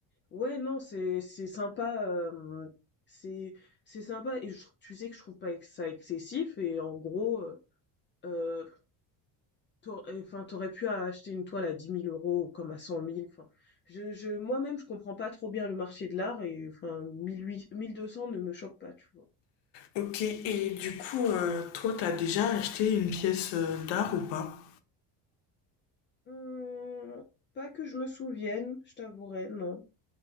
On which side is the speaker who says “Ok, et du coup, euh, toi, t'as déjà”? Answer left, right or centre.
Left